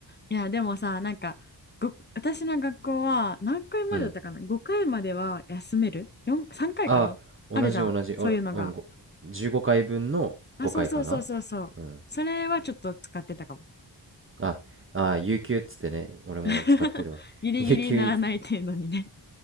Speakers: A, on the left; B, on the right.
A: いや、でもさ、なんか、ご、私の学校は何回までだったかな
B: うん。
A: ?5 回までは休める ?4、3回かいかなあるじゃん。
B: あ、同じ同じ。
A: そういうのが。
B: あら、うん、ご15回分の5回かな
A: あ、そうそうそうそうそう。
B: うん。
A: それはちょっと使ってたかも。
B: あ、あ、有給っつってね、俺も使ってるわ。
A: <laughs> ギリギリならない程度にね
B: <laughs> 有給いつ、